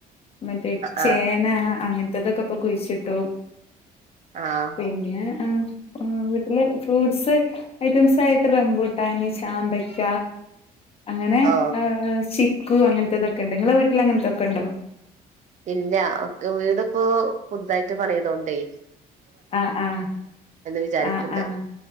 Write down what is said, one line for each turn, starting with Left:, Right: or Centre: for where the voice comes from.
Left: മറ്റേ ചേന
Right: ആഹ്
Left: അങ്ങനെ ഇറ്റതൊക്കെപ്പൊ കുഴിച്ചിട്ടു
Right: ആഹ്
Left: പിന്നെ ആ ഒ വീട്ടില് ഫ്രൂട്ട്സ് ഐറ്റംസ് ആയിട്ട് റംബുട്ടാന് ചാമ്പക്ക അങ്ങനെ
Right: ഓ
Left: ആ ക്കു അങ്ങനത്തെതൊക്കെണ്ട് നിങ്ങള വീട്ടിൽ അങ്ങനത്തെക്കെ ഉണ്ടോ
Right: ഇല്ല ഒക്കെ വീട്പ്പോ പുതുതായിട്ട് പണിയതൊണ്ടേ
Left: ആ ആ
Right: വിചാരിക്ക്ണ്ട്
Left: ആ ആഹ്